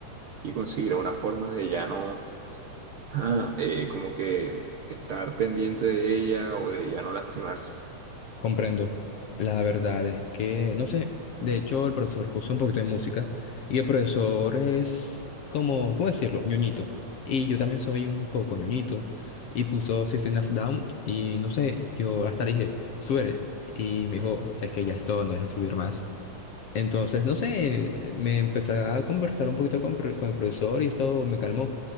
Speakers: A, on the right; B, on the left.
A: y conseguirá una forma de ya no, ah, eh, como que estar pendiente de ella o de ya no lastimarse.
B: comprendo. La verdad es que, no sé, de hecho el profesor puso un poquito de música y el profesor es como, ¿cómo decirlo? ñoñito. Y yo también soy un poco ñoñito y puso System of Down y no sé, yo hasta le dije, sube. Y me dijo, es que ya es todo, no deja subir más. Entonces, no sé, me empecé a conversar un poquito con, pro- con el profesor y eso me calmó.